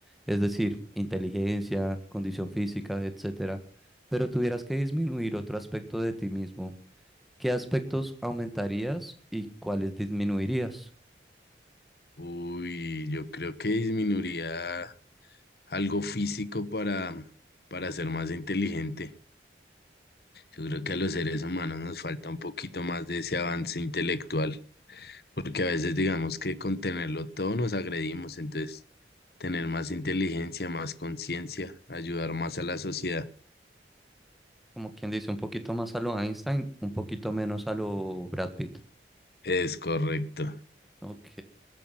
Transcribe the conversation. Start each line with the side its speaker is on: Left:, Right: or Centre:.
Centre: es decir, inteligencia, condición física, etcétera, pero tuvieras que disminuir otro aspecto de ti mismo, ¿qué aspectos aumentarías y cuáles disminuirías?
Left: Uy, yo creo que disminuiría algo físico para, para ser más inteligente. Yo creo que a los seres humanos nos falta un poquito más de ese avance intelectual. porque a veces digamos que con tenerlo todo nos agredimos, entonces tener más inteligencia, más conciencia, ayudar más a la sociedad.
Centre: Como quien dice, un poquito más a lo Einstein, un poquito menos a lo Brad Pitt.
Left: Es correcto.
Centre: Ok,